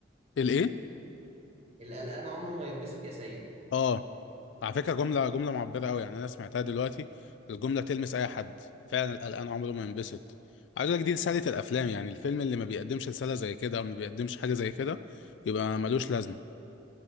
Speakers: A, on the left; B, on the right.
A: الايه
B: القلقان عمره ما يتبسط يا سيد
A: اه على فكره جمله جمله معبره قوي يعني انا سمعتها دلوقتي الجمله تلمس اي حد فعلا القلقان عمره ما ينبسط عايز اقول لك دي رساله الافلام يعني الفيلم اللي ما بيقدمش رساله زي كده او ما بيقدمش حاجه زي كده يبقى ملوش لازمه